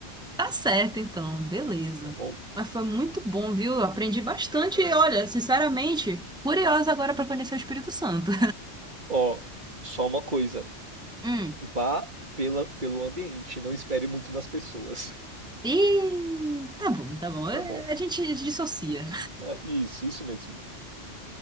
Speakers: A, in the centre; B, on the right.
A: Tá certo, então, beleza.
B: tá bom?
A: Mas foi muito bom, viu? Eu aprendi bastante e, olha, sinceramente, curiosa agora para conhecer o Espírito Santo.
B: Ó, só uma coisa.
A: <laughs> Hum.
B: Vá pela, pelo ambiente, não espere muito das pessoas,
A: Ih, tá bom, tá bom.
B: <laughs>
A: Eh,
B: tá bom?
A: A gente dissocia.
B: É, isso, isso mesmo.